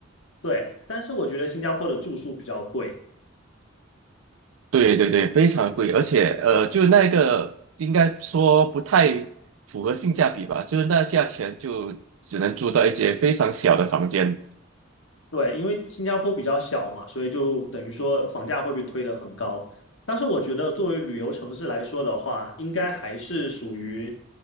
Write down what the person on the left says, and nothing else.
对，但是我觉得新加坡的住宿比较贵，
对，因为新加坡比较小嘛，所以就等于说房价会被推得很高。但是我觉得作为旅游城市来说的话，应该还是属于